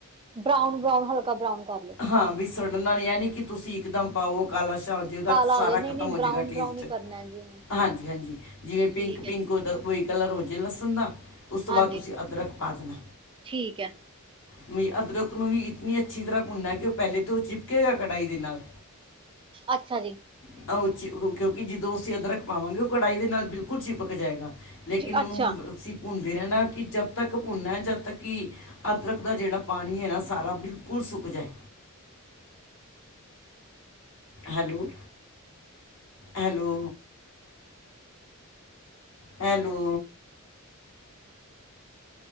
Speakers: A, on the right; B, on the left.
A: ਬਰਾਊਨ, ਬਰਾਊਨ ਹਲਕਾ ਬਰਾਊਨ ਕਾੱਰ ਲੋ।
B: ਹਾਂ, ਬੀ ਸੜਨਾ ਨ ਐਨੀ ਕਿ ਤੁਸੀ ਇੱਕਦਮ ਪਾਓ ਕਾਲਾ ਸ਼ਾਹ ਜੇ ਓਦਾ
A: ਕਾਲਾ
B: ਸਾਰਾ
A: ਹੋ ਜਾਏ ਨਹੀਂ
B: ਖਤਮ
A: ਨਹੀਂ
B: ਹੋ
A: ਬਰਾਊਨ
B: ਜੇਗਾ ਟੇਸਟ।
A: ਬਰਾਊਨ ਹੀ ਕਰਨਾ ਜੀ ਨੇ
B: ਹਾਂਜੀ, ਹਾਂਜੀ ਜਿਵੇਂ ਪਿੰਕ,
A: ਠੀਕ
B: ਪਿੰਕ
A: ਹੈ ਜੀ
B: ਓਦਾ ਵੋਈ ਕਲਰ ਹੋ ਜੇ ਲਸਨ ਦਾ, ਉਸ ਤੋ
A: ਹਾਂਜੀ
B: ਬਾਦ ਤੁਸੀ ਅਦਰਕ ਪਾ ਦੇਨਾ।
A: ਠੀਕ ਐ।
B: ਮਈ ਅਦਰਕ ਨੂੰ ਵੀ ਇਤਨੀ ਅੱਛੀ ਤਰਾਂ ਭੁੰਨਾ, ਕਿ ਓ ਪੈਲੇ ਤੋ ਚਿਪਕੇਗਾ ਕੜਾਈ ਦੇ ਨਾਲ
A: ਅੱਛਾ ਜੀ।
B: <unintelligible> ਕਯੋਕਿ ਜਦੋ ਅਸੀ ਅਦਰਕ ਪਾਵਾਂਗੇ ਓ ਕੜਾਈ ਦੇ ਨਾਲ ਬਿਲਕੁਲ ਚਿਪਕ ਜਾਏਗਾ। ਲੇਕਿਨ ਉਹਨੂੰ
A: ਅੱਛਾ
B: ਅਸੀਂ ਭੁੰਨਦੇ ਰਹਿਣਾ ਕਿ ਜਦ ਤੱਕ ਭੁੰਨਨਾ ਜਦ ਤੱਕ ਕਿ ਅਦਰਕ ਦਾ ਜਿਹੜਾ ਪਾਣੀ ਹੈ ਨਾ ਸਾਰਾ ਬਿਲਕੁਲ ਸੁੱਕ ਜਾਏ hello hello hello